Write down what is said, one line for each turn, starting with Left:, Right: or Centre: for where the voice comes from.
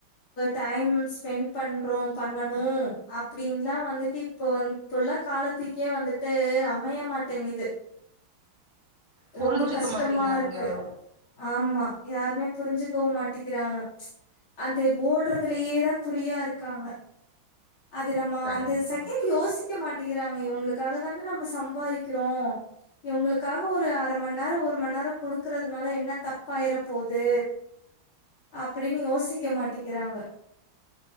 Left: டைம் ஸ்பெண்ட் பண்றோ பண்ணனு அப்டின்லா வந்துட்டு இப்போ வந் இப்புள்ள காலத் துக்கே வந்துட்டு அமைய மாட்டேங்கிது
Right: புரிஞ்சுக்க
Left: ரொம்ப கஷ்டமாருக்கு
Right: மாட்டேங்கிறாங்க யாரு
Left: ஆமா யாருமே புரிஞ்சுக்கவு மாட்டி க்கிறாங்க அந்த ஓட்றதுலியேதா குறியா இருக்காங்க அது நம்ம
Right: கண்டிப்பா
Left: அந்த செகண்ட் யோசிக்க மாட்டிகிறாங் க இவங்களுக்காக தான நம்ம சம்பாரிக்கிறோ இவங்களுக்காக ஒரு அர மண் நேரொ ஒரு மண் நேரொ குடுக்கறதுனால என்ன தப்பாயிர போது அப்டின்னு யோசிக்க மாட்டிக்கிறாங்க